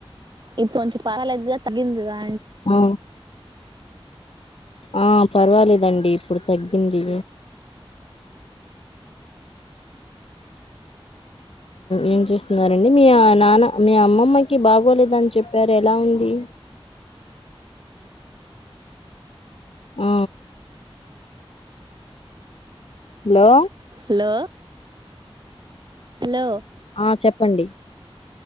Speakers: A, on the right (about 50°); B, on the left (about 75°).
A: ఇప్పు కొంచం పర్వాలేద్గ తగిందిగా
B: ఆ ఆ పర్వాలేదండి ఇప్పుడు తగ్గింది ఏం చేస్తున్నారండి మీ నాన్న మీ అమ్మమ్మకి బాగోలేదని చెప్పారు ఎలా ఉంది ఆ హలో
A: హలో హలో
B: ఆ చెప్పండి